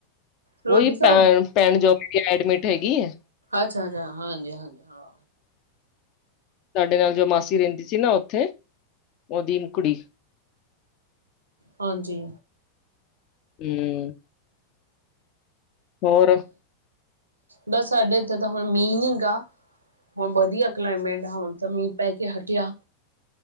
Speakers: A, on the right; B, on the left.
A: ਰੋਟੀ
B: ਉਹੀ ਪੈ
A: ਖਾਣ?
B: ਪੈਣ ਜੋਗੇ ਐਡਮਿਟ ਹੈਗੀ ਹੈ।
A: ਅੱਛਾ ਅੱਛਾ ਹਾਂਜੀ ਹਾਂਜੀ ਹਾਂ।
B: ਸਾਡੇ ਨਾਲ ਜੋ ਮਾਸੀ ਰਹਿੰਦੀ ਸੀ ਨਾ ਉੱਥੇ ਉਹਦੀ ਕੁੜੀ
A: ਹਾਂਜੀ
B: ਹੂ,,, ਹੋਰ
A: ਬਸ ਸਾਡੇ ਇੱਥੇ ਤਾਂ ਹੁਣ ਮੀਂਹ ਗਾ ਹੁਣ ਵਧੀਆ ਕਲਾਈਮੇਟ ਆ ਹੁਣ ਤਾਂ ਮੀਂਹ ਪੈ ਕੇ ਹਟਿਆ